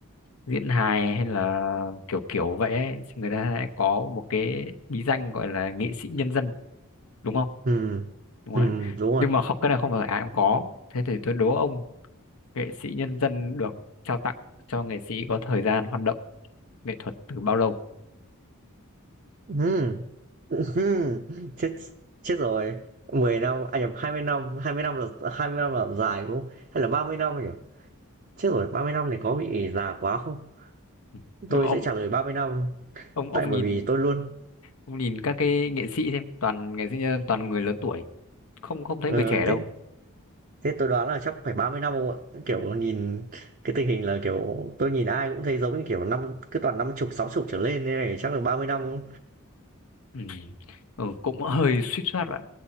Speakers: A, on the left; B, on the right.
A: diễn hài hay là kiểu kiểu vậy ấy, thì người ta lại có một cái bí danh gọi là nghệ sĩ nhân dân đúng không
B: ừ
A: đúng
B: ừ
A: đấy
B: đúng rồi
A: nhưng mà không cái này không phải ai cũng có thế thì tôi đố ông nghệ sĩ nhân dân được trao tặng cho nghệ sĩ có thời gian hoạt động nghệ thuật từ bao lâu
B: ừ <laughs> chết chết rồi. mười năm, anh à nhầm, mươi năm, 20 năm là 20 năm là dài, đúng không? Hay là 30 năm nhỉ? Chết rồi, 30 năm thì có bị già quá không?
A: Ừ. nhưng
B: Tôi
A: mà ông
B: sẽ trả lời 30 năm,
A: ông
B: tại
A: ông
B: bởi
A: nhìn
B: vì tôi luôn
A: ông nhìn các cái nghệ sĩ xem toàn nghệ sĩ nhân dân toàn người lớn tuổi không không thấy
B: ờ,
A: người trẻ
B: thế
A: đâu
B: thế tôi đoán là chắc phải 30 năm không ạ? Kiểu nhìn cái tình hình là kiểu tôi nhìn ai cũng thấy giống như kiểu năm cứ toàn năm chục, sáu chục trở lên thế này chắc là 30 năm.
A: ừ. Ừ, cũng hơi suýt soát bạn